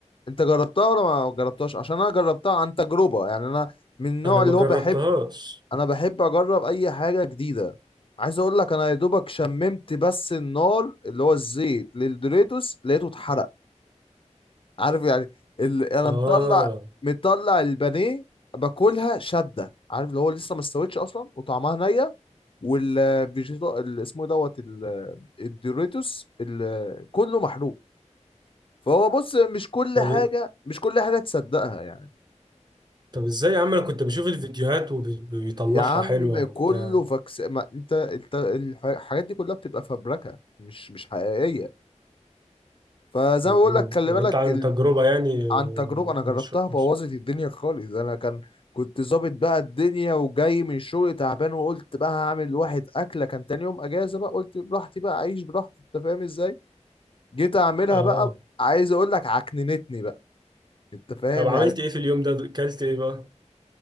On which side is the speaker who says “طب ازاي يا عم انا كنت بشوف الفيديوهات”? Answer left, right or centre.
Right